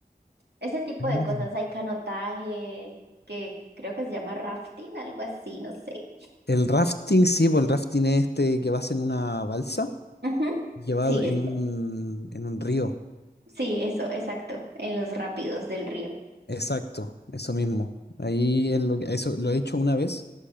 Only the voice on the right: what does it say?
ese tipo
de cosas. Hay canotaje, que creo que se llama rafting, algo así, no sé.
Ujú.
Sí,
eso,
sí, eso, exacto, en los rápidos del río.